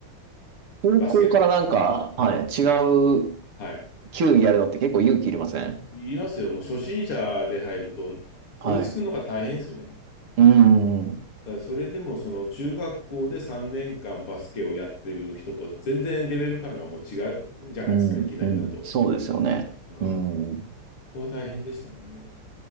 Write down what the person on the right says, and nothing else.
高校からなんか、
はい、
違う
球技やるのって結構勇気いりません
はい。
うん、うん、
うん、
うんそうですよね。
うん。